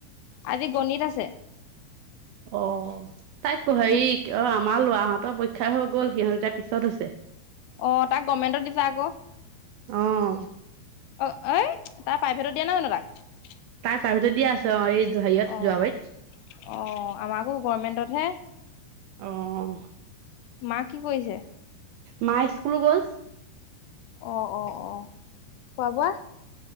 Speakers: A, on the left; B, on the right.
A: আজি গণিত আছে।
B: অ তাইক হেৰি
A: উম
B: অ আমাৰ লৰাহঁতৰ পৰীক্ষা হৈ গ'ল। সিহঁত এতিয়া পিছত হৈছে।
A: অ তাক কমেণ্টত দিছে আক।
B: অঁ।
A: অ ঐ তাৰ প্ৰাইভেটত দিয়া নাই জানো তাক।
B: তাৰ ভিতৰত দিয়া আছে আৰু এই জহাৰত
A: অ'
B: যোৱাবাৰত।
A: অ' আমাৰ আকৌ গভমেন্টতহে
B: অহ
A: মা কি কৰিছে?
B: মা স্কুলো গল।
A: অ অ অ খোৱা বোৱা?